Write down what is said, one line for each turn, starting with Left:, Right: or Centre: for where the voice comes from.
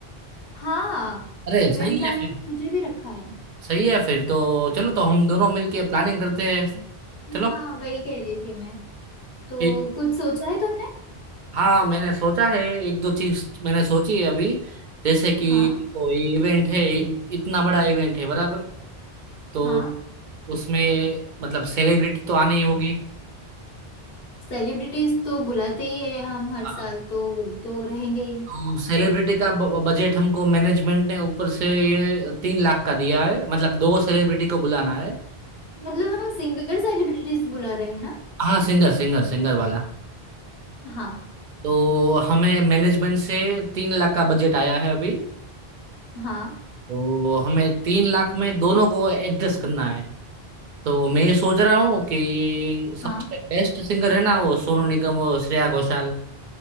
Left: हाँ
Right: अरे
Left: इवेंट
Right: सही
Left: प्लानिंग
Right: है फिर
Left: मुझे भी रखा है
Right: सही है फिर तो चलो तो हम दोनों मिलके प्लानिंग करते हैं चलो
Left: हाँ वही कह रही थी मैं तो
Right: ठीक
Left: कुछ सोचा है तुमने
Right: हाँ मैंने सोचा है एक दो चीज मैंने सोची है अभी जैसे कि
Left: हाँ
Right: वो इवेंट है इ- इतना बड़ा इवेंट है बराबर तो
Left: हाँ
Right: उसमें मतलब सेलिब्रिटी तो आनी ही होगी
Left: सेलिब्रिटीज तो बुलाते ही है हम हर
Right: हाँ
Left: साल तो वो तो रहेंगे ही
Right: तो सेलिब्रिटी का ब- बजट हमको मैनेजमेंट ने ऊपर से ये तीन लाख का दिया है मतलब दो सेलिब्रिटी को बुलाना है
Left: मतलब हम सिंगर सेलिब्रिटीज बुला रहे हैं ना
Right: हाँ सिंगर सिंगर सिंगर वाला
Left: हाँ
Right: तो हमें मैनेजमेंट से तीन लाख का बजट आया है अभी
Left: हाँ
Right: तो हमें तीन लाख में दोनों को एडजस्ट करना है तो मैं सोच रहा हूँ कि सबसे
Left: हाँ
Right: बेस्ट सिंगर है ना वो सोनू निगम और श्रेया घोषाल